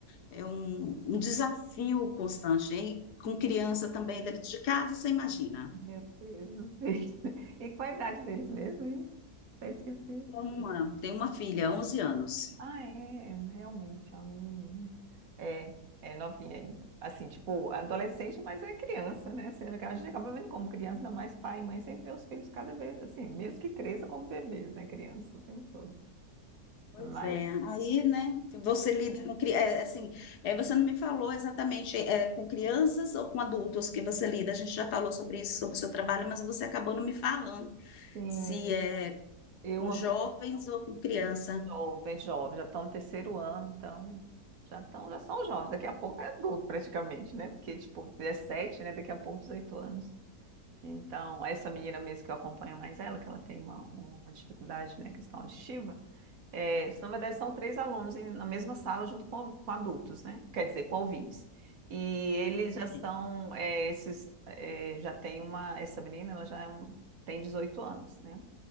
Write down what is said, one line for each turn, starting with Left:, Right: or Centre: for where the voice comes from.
Left: é um, um desafio constante. E com criança também dentro de casa, você imagina.
Right: Meu Deus do céu. <laughs> E qual a idade deles mesmo, hein? Até esqueci.
Left: uma, tem uma filha, 11 anos.
Right: Ah, é, realmente, é uma menininha. É, é novinha ainda. Assim, tipo, adolescente, mas é criança, né? Assim, a gente acaba vendo como criança, ainda mais pai e mãe, sempre vê os filhos cada vez, assim, mesmo que cresça como bebês, né? Criança o tempo todo.
Left: Pois
Right: Mas,
Left: é, aí, né, você lida com, cri- é, assim, é, você não me falou exatamente é, com crianças ou com adultos que você lida, a gente já falou sobre isso, sobre o seu trabalho, mas você acabou não me falando
Right: assim,
Left: se é
Right: eu
Left: com jovens ou com criança.
Right: Jovens, jovens, já estão no terceiro ano, então já estão, já são jovens. Daqui a pouco é adulto, praticamente, né? Porque, tipo, 17, né? Daqui a pouco 18 anos. Então, essa menina mesmo que eu acompanho mais ela, que ela tem uma, uma dificuldade, né? Questão auditiva, é, na verdade são três alunos em- na mesma sala junto com, com adultos, né? Quer dizer, com ouvintes. E eles já
Left: Entendi.
Right: são, é, esses, é, já tem uma, essa menina, ela já é um- tem 18 anos, né?